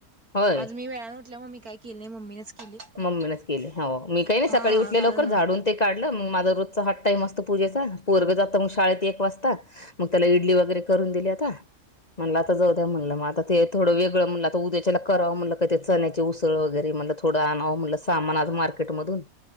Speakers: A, on the left; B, on the right.
A: होय
B: आज मी वेळाने उठल्या मम्मी काय केल नाही मम्मीनेच केली
A: मम्मीनेच केली हो मी काय काही नाही
B: हा
A: सकाळी उठले
B: कारण
A: लवकर झाडून ते काढल मग माझा रोजचा हाच टाईम असतो पूजेचा पोरग जात मग शाळेत एक वाजता. मग त्याला इडली वगैरे करून दिली आता. म्हणल आता जाऊ द्या म्हणल, मग आता ते थोडं वेगळ म्हणल आता उद्याच्याला कराव म्हणल का ते चण्याची उसळ वगैरे म्हणल. थोड आणाव म्हणल सामान आज मार्केटमधून.